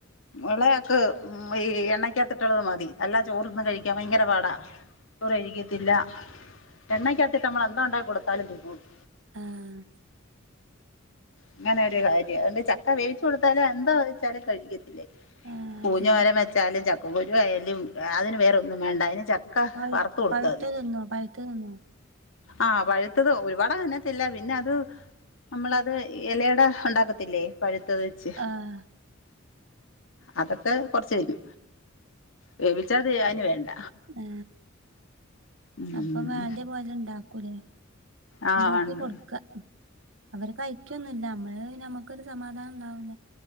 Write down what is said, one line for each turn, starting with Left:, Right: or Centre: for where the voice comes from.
Left: എളയാക്ക് ഈ എണ്ണയ്ക്കത്തിട്ടുള്ളത് മതി അല്ലാതെ ചോറിന്ന് കഴിക്കാൻ ഭയങ്കര പാടാ ചോറ് കഴിക്കത്തില്ല എണ്ണക്കാത്തിട്ട് നമ്മള് എന്താ ഒ ണ്ടാക്കി കൊടുത്താലും തിന്നോളും
Right: ആഹ്
Left: അങ്ങനെ ഒരു കാര്യം അതൊണ്ട് ചക്ക വേവിച്ച് കൊടുത്താലും എന്താ വെച്ചാലും കഴിക്കത്തില്ലേ
Right: ആഹ്
Left: പൂഞ്ഞ്
Right: ശരി
Left: തോരൻ വെച്ചാലും ചക്ക ക്കുരുആയാലും അതിന് വേറൊ ന്നും വേണ്ട അതിന് ച ക്ക
Right: പഴു
Left: വറ്ത്ത് കൊടുത്താ
Right: പഴുത്തത്
Left: മതി
Right: തിന്നോ പഴുത്തത് തിന്നോ
Left: ആഹ് പഴുത്തത് ഒരുപാട് അനത്തില്ല പിന്നെ അത് അമ്മളത് എലയട ഉണ്ടാക്കത്തില്ലേ പഴുത്തത് വെച്ച്
Right: ആഹ്
Left: അതൊക്കെ കൊർച്ച് കയിഞ് വേവിച്ചത് അവന് വേണ്ട
Right: ഏ
Left: ഉം
Right: അപ്പം വേണ്ടിയ പോല ഇണ്ടാക്കൂലേ
Left: ആ
Right: ഇണ്ടാക്കി
Left: ഉണ്ട്
Right: കൊട്ക്ക അവര് കഴിക്കൊന്നുല്ല നമ്മള് ഞമ്മക്കൊരു സമാധാനം ഇണ്ടാവൂല